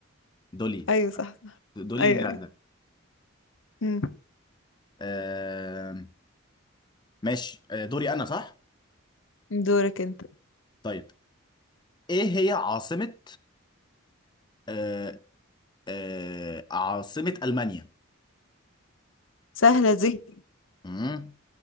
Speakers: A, on the left; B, on the left.
A: دولي
B: ايوه صح صح
A: دولي
B: ايوه
A: المعزة
B: ايوه مم.
A: آه ماشي آه دوري أنا صح؟
B: دورك انت
A: طيب إيه هي عاصمة آه آه عاصمة ألمانيا؟
B: سهلة دي
A: مم.